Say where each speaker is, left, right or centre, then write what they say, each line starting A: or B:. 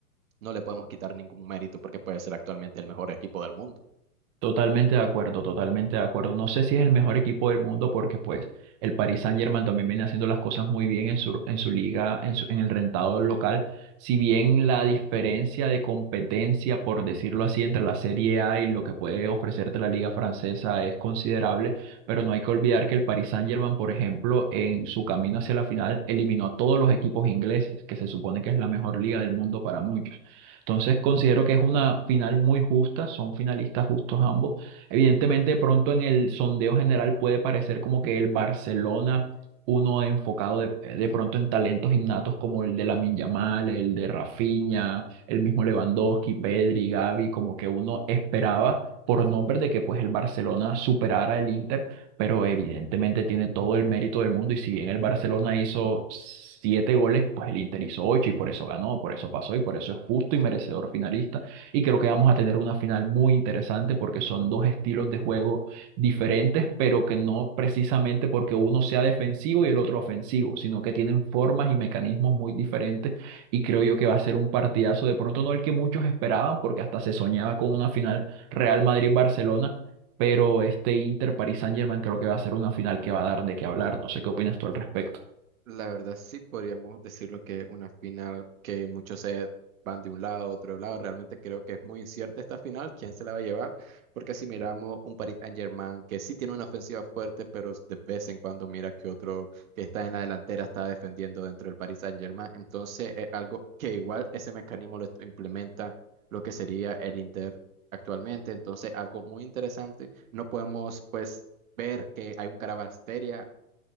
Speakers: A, on the right (about 70°); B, on the right (about 30°).
A: no le podemos quitar ningún mérito porque puede ser actualmente el mejor equipo del mundo.
B: Totalmente de acuerdo, totalmente de acuerdo. No sé si es el mejor equipo del mundo porque pues el Paris Saint-Germain también viene haciendo las cosas muy bien en su, en su liga, en su- en el rentado local. Si bien la diferencia de competencia, por decirlo así, entre la Serie A y lo que puede ofrecerte la liga francesa es considerable, pero no hay que olvidar que el Paris Saint-Germain, por ejemplo, en su camino hacia la final eliminó a todos los equipos ingleses, que se supone que es la mejor liga del mundo para muchos. Entonces considero que es una final muy justa, son finalistas justos ambos. Evidentemente, de pronto en el sondeo general puede parecer como que el Barcelona, uno enfocado de, de pronto en talentos innatos como el de Lamine Yamal, el de Rafinha, el mismo Lewandowski, Pedri, Gavi, como que uno esperaba por nombres de que pues el Barcelona superara el Inter, pero evidentemente tiene todo el mérito del mundo y si bien el Barcelona hizo siete goles, pues el Inter hizo ocho y por eso ganó, por eso pasó y por eso es justo y merecedor finalista. Y creo que vamos a tener una final muy interesante porque son dos estilos de juego diferentes, pero que no precisamente porque uno sea defensivo y el otro ofensivo, sino que tienen formas y mecanismos muy diferentes y creo yo que va a ser un partidazo, de pronto no el que muchos esperaban porque hasta se soñaba con una final Real Madrid-Barcelona pero este Inter París Saint-Germain creo que va a ser una final que va a dar de qué hablar. No sé qué opinas tú al respecto.
A: La verdad sí podríamos decirlo que una final que muchos se van de un lado a otro lado, realmente creo que es muy incierta esta final, quién se la va a llevar, porque si miramos un Paris Saint-Germain que sí tiene una ofensiva fuerte, pero de vez en cuando mira que otro que está en la delantera está defendiendo dentro del Paris Saint-Germain, entonces es algo que igual ese mecanismo lo implementa lo que sería el Inter actualmente, entonces algo muy interesante, no podemos pues ver que hay un Caravasteria